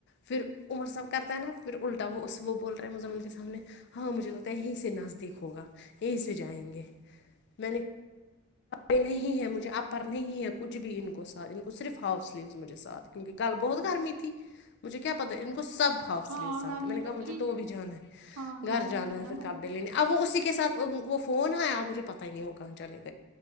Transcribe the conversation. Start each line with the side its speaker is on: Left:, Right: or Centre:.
Left: پھر عمر صحب کرتا ہے نا پھر الٹا وہ وہ بول رہے ہیں مظمان کے سامنے ہاں مجھے لگتا ہے یہیں سے نزدیک ہوگا یہیں سے جائیں گے میں نے ے نہیں ہے مجھے اپر نہیں ہے کچھ بھی ان کو ساتھ ان کو صرف ہاف سلیو مجھے ساتھ کیونکہ بہت گرمی تھی مجھے کیا پتا ان کو سب ہاف سلیواتھ
Right: ہاں گرمی
Left: ہے میں نے کہا مجھے
Right: تھی
Left: تو بھی جانا ہے
Right: ہاں
Left: گھر
Right: گرمی
Left: جانا
Right: تھی
Left: ہے
Right: نا
Left: پھر
Right: بہت
Left: کپڑے لینے اب وہ اسی کے کے سھ وہ فون آپجھے پتا ہی نہیں وہ کہاں چلے گ